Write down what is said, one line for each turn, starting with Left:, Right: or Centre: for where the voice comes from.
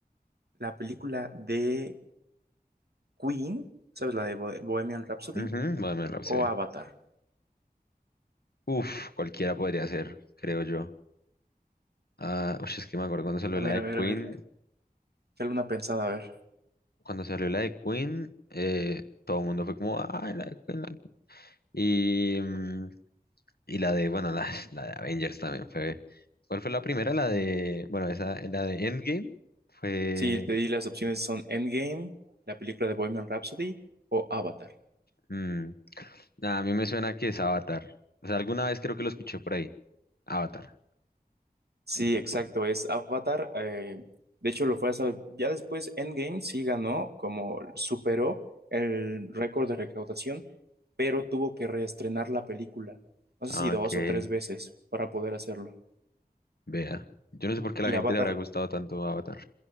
Right: la película de Queen, ¿sabes? La de Bo- Bohemian Rhapsody
Left: Ujú, Bueno, me lo
Right: o
Left: sé.
Right: Avatar.
Left: Uf, cualquiera podría ser, creo yo. Ah, ush, es que me acuerdo cuando salió
Right: A ver,
Left: la de
Right: a ver,
Left: Queen.
Right: a ver. Dale una pensada, a ver.
Left: Cuando salió la de Queen, eh, todo el mundo fue como, ah, la de Queen. la de Queen". Y, mm, y la de, bueno, la, <laughs> la de Avengers también fue. ¿Cuál fue la primera? La de, bueno, esa, la de Endgame fue.
Right: Sí, te di las opciones son Endgame, la película de Bohemian Rhapsody o Avatar.
Left: mm, nah, a mí me suena que es Avatar. O sea, alguna vez creo que lo escuché por ahí. Avatar.
Right: Sí, exacto, es Avatar. eh, de hecho, lo fue hasta ya después Endgame sí ganó, como superó el récord de recaudación, pero tuvo que reestrenar la película. No sé
Left: Ah,
Right: si dos
Left: que
Right: o tres veces para poder hacerlo.
Left: vea. Yo no sé por qué
Right: Y
Left: a la gente
Right: Avatar,
Left: le habrá gustado tanto Avatar.